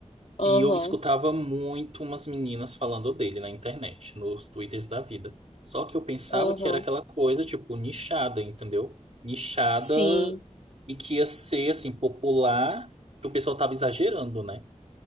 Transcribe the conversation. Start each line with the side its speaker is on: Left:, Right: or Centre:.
Left: Aham,
Right: E eu escutava muito umas meninas falando dele na internet, nos twitters da vida. Só que eu pensava
Left: aham,
Right: que era aquela coisa, tipo, nichada, entendeu? Nichada
Left: sim,
Right: e que ia ser, assim, popular, que o pessoal tava exagerando, né?